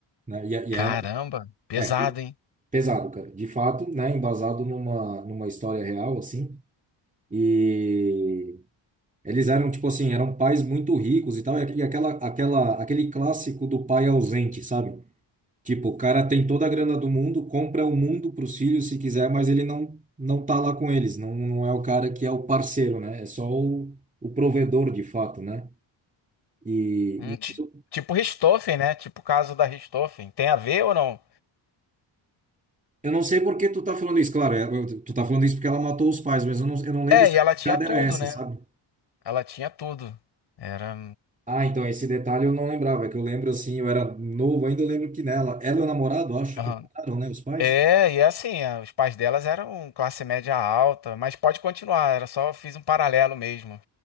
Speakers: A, on the right (about 15°); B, on the left (about 60°).
A: né? E, é, e
B: Caramba,
A: é
B: pesado,
A: é,
B: hein?
A: Pesado, cara. De fato, né? Embasado numa, numa história real, assim. E eles eram, tipo assim, eram pais muito ricos e tal. E aqu- e aquela, aquela, aquele clássico do pai ausente, sabe? Tipo, o cara tem toda a grana do mundo, compra o mundo pros filhos se quiser, mas ele não, não tá lá com eles. Não, não é o cara que é o parceiro, né? É só o, o provedor, de fato, né? E,
B: Hum,
A: e
B: ti-
A: isso.
B: tipo Richthofen, né? Tipo o caso da Richthofen. Tem a ver ou não?
A: Eu não sei por que tu tá falando isso, claro. é, Tu tá falando isso porque ela matou os pais, mas eu não, eu não lembro
B: É,
A: se
B: e
A: a
B: ela tinha
A: pegada
B: tudo,
A: era essa,
B: né?
A: sabe?
B: Ela tinha tudo. Era.
A: Ah, então esse detalhe eu não lembrava, é que eu lembro assim, eu era novo ainda, eu lembro que nela, ela e o namorado, acho
B: Aham.
A: que mataram, né, os pais?
B: É, e assim, a- os pais delas eram classe média alta, mas pode continuar, era só fiz um paralelo mesmo.